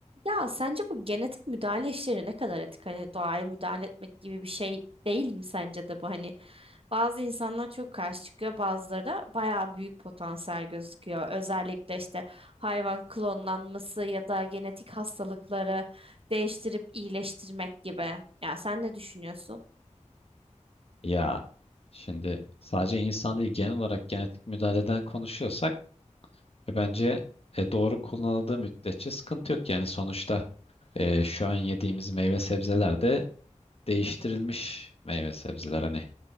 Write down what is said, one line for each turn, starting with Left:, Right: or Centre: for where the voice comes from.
Right: Ya sence bu genetik müdahale işleri ne kadar etik? Hani doğaya müdahale etmek gibi bir şey değil mi sence de bu? Hani bazı insanlar çok karşı çıkıyor, bazıları da bayağı büyük potansiyel gözüküyor. Özellikle işte hayvan klonlanması ya da genetik hastalıkları değiştirip iyileştirmek gibi. Ya sen ne düşünüyorsun?
Left: Ya şimdi sadece insan değil genel olarak genetik müdahaleden konuşuyorsak e, bence e, doğru kullanıldığı müddetçe sıkıntı yok. Yani sonuçta e, şu an yediğimiz meyve sebzeler de değiştirilmiş meyve sebzeler. Hani